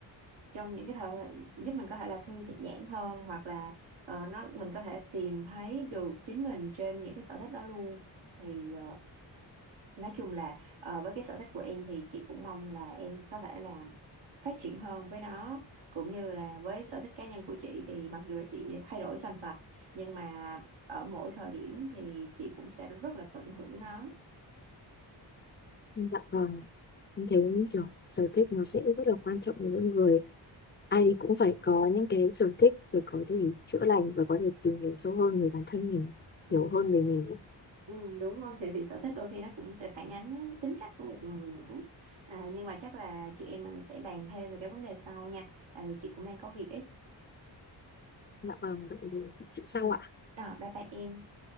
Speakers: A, on the right; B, on the left.
A: trong những cái thời giúp mình có thể là thư giãn hơn hoặc là ờ, nó mình có thể tìm thấy được chính mình trên những cái sở thích đó luôn thì ờ, nói chung là ờ, với cái sở thích của em thì chị cũng mong là em có thể là phát triển hơn với nó cũng như là với sở thích cá nhân của chị thì mặc dù là chị thay đổi xoành xoạch nhưng mà ở mỗi thời điểm thì chị cũng sẽ rất là tận hưởng nó
B: dạ vâng em thấy kiểu sở thích nó sẽ rất là quan trọng với mỗi người ai cũng phải có những cái sở thích để có thể chữa lành và có thể tìm hiểu sâu hơn về bản thân mình
A: Ừ,
B: hiểu hơn về mình ấy.
A: ừ, đúng rồi thì, thì sở thích đôi khi nó cũng sẽ phản ánh tính cách của một người nữa à, nhưng mà chắc là chị em mình sẽ bàn thêm về cái vấn đề sau nha tại vì chị cũng đang có việc ấy
B: dạ vâng vậy thì chị sau
A: ừ.
B: ạ
A: à, bye bye em